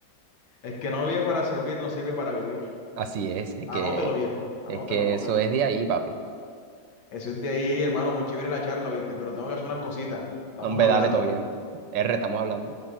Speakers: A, on the left (about 85°); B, on the right (about 75°).
A: El que no vive para servir no sirve para vivir.
B: Así es, es
A: Anótelo,
B: que,
A: viejo. Anótelo,
B: es que
A: anótelo.
B: eso es de ahí, papi.
A: Eso es de ahí, ey, hermano, muy chévere la charla, ¿viste? Pero tengo que hacer unas cositas. Estamos
B: No, Hombre,
A: hablando.
B: dale, todo bien. R, estamos hablando.